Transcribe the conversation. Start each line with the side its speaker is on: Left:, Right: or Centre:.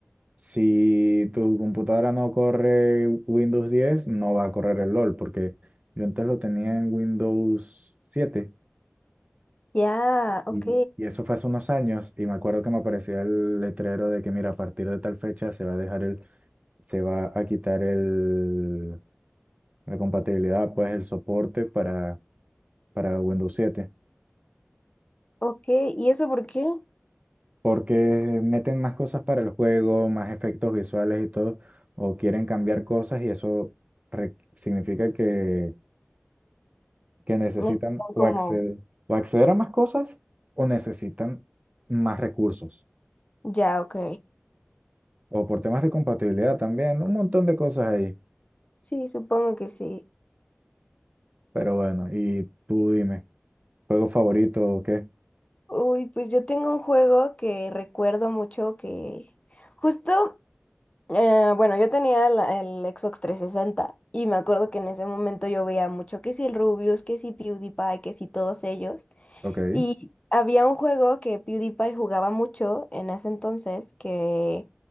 Right: si tu computadora no corre Windows 10, no va a correr el LOL, porque yo antes lo tenía en Windows 7
Left: Ya, ok,
Right: Y, y eso fue hace unos años y me acuerdo que me aparecía el letrero de que, mira, a partir de tal fecha se va a dejar el, se va a quitar el, la compatibilidad, pues el soporte para, para Windows siete
Left: ok. ¿Y eso por qué?
Right: porque meten más cosas para el juego, más efectos visuales y todo, o quieren cambiar cosas y eso re- significa que, que necesitan
Left: Necesitan
Right: o
Left: como...
Right: acceder, o acceder a más cosas o necesitan más recursos,
Left: Ya, ok.
Right: o por temas de compatibilidad también, un montón de cosas ahí.
Left: Sí, supongo que sí.
Right: Pero bueno, y tú dime, ¿juego favorito o qué?
Left: Uy, pues yo tengo un juego que recuerdo mucho que justo, eh, bueno, yo tenía la- el Xbox 360 y me acuerdo que en ese momento yo veía mucho que si el Rubius, que si PewDiePie, que si todos ellos.
Right: Ok.
Left: Y había un juego que PewDiePie jugaba mucho en ese entonces que,